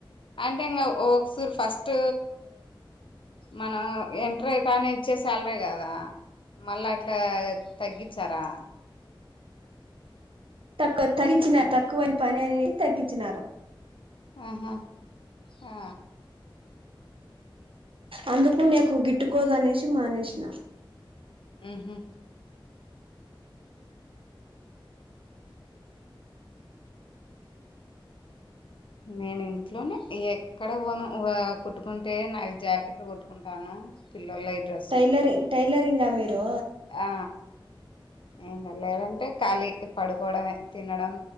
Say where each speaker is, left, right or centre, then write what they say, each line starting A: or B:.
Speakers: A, on the left; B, on the right.
A: అంటే ఇంగా ఒకసూరు ఫస్ట్. మనం ఎంటర్ అవుతానే ఇచ్చే శాలరీ కాదు దా మళ్ళా అట్లా తగ్గించారా
B: తక్కువ తగించినారు తక్కువ పని అది తగ్గించినారు
A: ఆహా ఆ
B: అందుకు నీకు గిట్టుకోదు అనేసి మానేసిన
A: మ్ హు నేను ఇంట్లోనే ఎక్కడ పోను కుట్టుకుంటే నాలుగు జాకెట్లు కుట్టుకు ఉంటాను పిల్లలయి డ్రె
B: టైలరి టైలరింగా మీరు
A: ఆ ఏం లేదంటే ఖాళీ పడుకోవడంమే తినడం